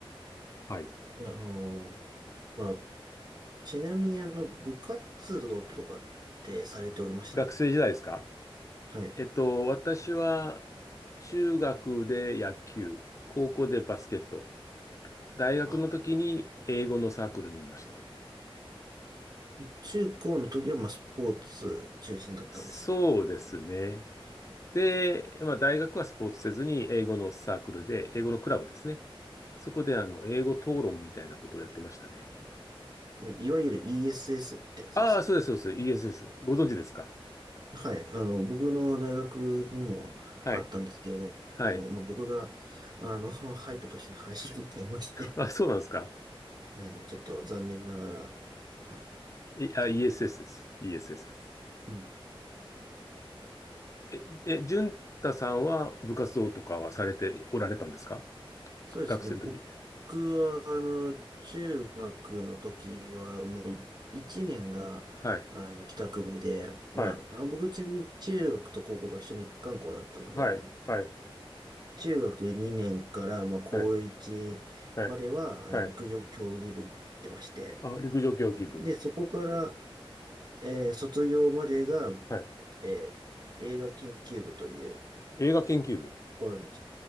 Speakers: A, on the left; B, on the right.
A: はい。
B: あの、まあ、ちなみに、あの、部活動とかってされておりましたか
A: 学生時代ですか
B: はい。
A: えっと、私は中学で野球、高校でバスケット、大学の時に英語のサークルにいました。
B: あ中高の時は、まあ、スポーツ中心だったんですね。
A: そうですね。で、まあ、大学はスポーツせずに英語のサークルで、英語のクラブですね。そこであの英語討論みたいなことをやってましたね。
B: いわゆる ESS ってやつです。
A: ああ、そうです、そうです。ESS。ご存知ですか
B: はい。あの、僕の大学にもあったんですけれども、
A: はい。はい。
B: まあ、僕が、あの、<laughs> 入った年に廃止になっちゃいまして、
A: あ、そうなんですか。
B: はい。ちょっと残念ながら、はい。
A: い、
B: でしたね。
A: あ、ESS
B: も
A: です。ESS です。
B: ううん。
A: え、え、淳太さんは部活動とかはされておられたんですか
B: そうですね。
A: 学生の時に。
B: 僕は、あの、中学の時は、もうい、1年が、
A: はい。
B: あの、帰宅部で、まあ、
A: はい。
B: あ僕ちなみに中学と高校が一緒の一貫校だったので、
A: はい。はい。
B: 中学2年から、まあ、高1までは、
A: はい。はい。はい
B: えー陸上競技部に行ってまして。
A: あ、陸上競技部。
B: で、そこから、えー卒業までが、
A: はい
B: えー映画研究部というと
A: 映画研究部。
B: ころに、